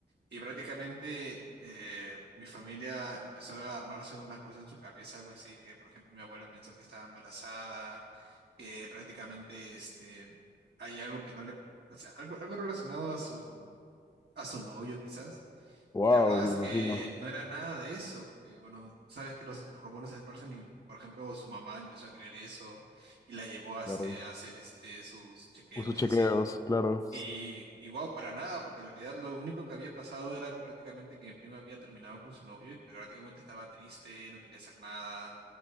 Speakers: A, on the right; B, on the left.
A: Y prácticamente eh, mi familia empezó a armarse unas cosas en su cabeza, algo así, que por ejemplo mi abuela pensó que estaba embarazada que prácticamente este, hay algo que no le, o sea, algo, algo relacionado a su, a su novio quizás.
B: Wow,
A: Y la verdad
B: me
A: es
B: imagino.
A: que no era nada de eso, porque bueno, sabes que los rumores se esparcen y, por ejemplo, su mamá empezó a creer eso y la llevó a, este,
B: Claro.
A: a hacer este, sus chequeos
B: o sus chequeos,
A: y así.
B: claro,
A: Y, y wow, para nada, porque en realidad lo único que había pasado era prácticamente que mi prima había terminado con su novio y que prácticamente estaba triste, no quería hacer nada.